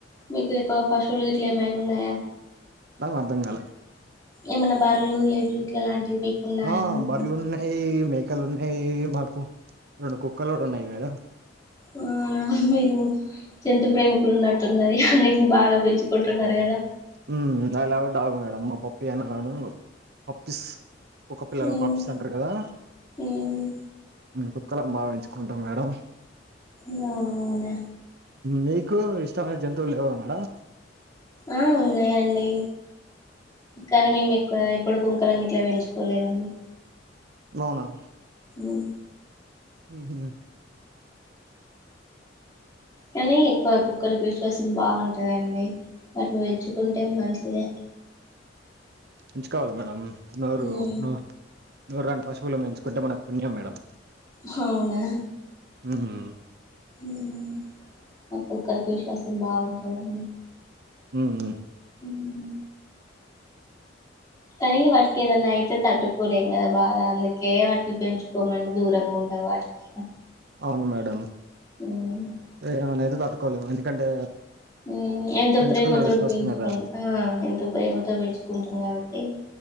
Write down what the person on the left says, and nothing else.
మీకు ఎక్కువ పశువులు గిట్లే ఏమైనా ఉన్నాయా
ఏమన్నా బర్రలు ఎడ్లు ఇట్లాలాంటివి మీకు ఉన్నాయా
అంటు
ఆ నా మీరు జంతు ప్రేమికులున్నట్టున్నది అన్నిటిని బాగా పెంచుకుంటున్నారు కదా
ఉమ్,
ఉమ్,
య ఆవ్నా
ఆ ఉన్నాయండి కానీ మేము ఎక్కువ ఎప్పుడు కుక్కలంగిట్ల పెంచు కోలేదాన్ని
మ్మ్
కానీ ఎక్కువ కుక్కలకు విశ్వాసం బాగుంటుందండి వాటిని వెచ్చుకుంటే మంచిదే
ఉమ్,
అవునా
ఉమ్ మా కుక్కలకు విశ్వాసం బాగుంటదండి
ఉమ్, కానీ వాటికి ఏదన్నా అయితే తట్టుకోలేం కదా బాధ అందుకే వాటిని పెంచుకోమండి దూరంగా ఉం టా వాటికి
ఉమ్
ఉ ఎంత
ప్రేమతోటి
పెయించకో
ఆ ఎంత ప్రేమ తో పెంచుకుంటాం కాబట్టి